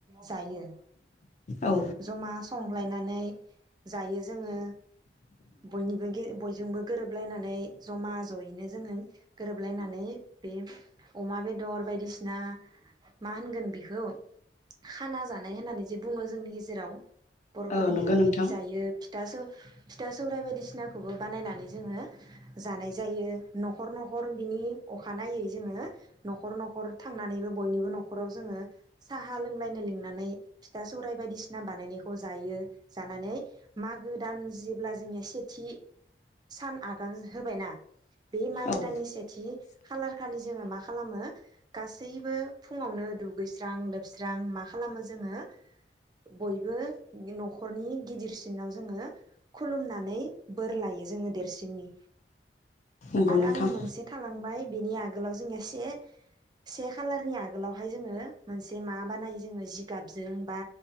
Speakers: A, on the right; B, on the left.
A: जायो
B: औ
A: जमा संलायनानै जायो जोङो बयनिबो गे बयजोंबो गोरोबलायनानै। नानै जमा ज'यैनो जोङो गोरोबलायनानै बे अमा बेदर बायदिसिना मा होनगोन बेखौ खाना जानाय होननानै जे बुङो जोंनि गेजेराव। बर'फोरनि
B: औ नंगौ
A: गेजेराव
B: नोंथां
A: बिदि जायो फिथा स फिथा सौराइ बायदिसिना सिनाखौबो बानायनानै जोङो जानाय जायो न'खर न'खर बिनि अखानायै जोङो न'ख न'खर थांनानैबो बयनिबो न'खराव जोङो साहा लोंलायनो लोंनानै फिथा सौराइ बायदिसिना बानायनायखौ जायो जानानै मागो दान जेब्ला जोंनिया सेथि सान आगान होबायना बे मागो
B: औ
A: दाननि सेथि खालार खालि जोङो मा खालामो गासैबो फुङावनो दुगैस्रां लोबस्रां रां मा खालामो जोङो बयबो न'खरनि गिदिरसिनाव जोङो खुलुमनानै बोर लायो जोङो देरसिननि।
B: नंगौ
A: आरो
B: नोंथां
A: आंनो मोनसे थालांबाय बिनि आगोलावहाय से से कालारनि आगोलावहाय जोङो मोनसे मा बानायो जोङो जिगाबजों बा